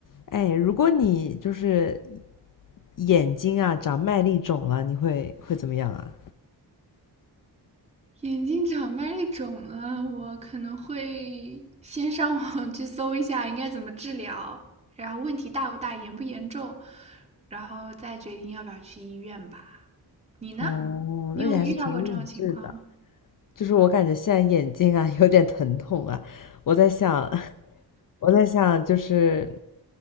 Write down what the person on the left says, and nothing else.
哎，如果你就是眼睛啊长麦粒肿了，你会会怎么样啊？
哦，
那你还是挺理智的。就是我感觉现在眼睛啊 <laughs> 有点疼痛啊，我在想，<laughs> 我在想，就是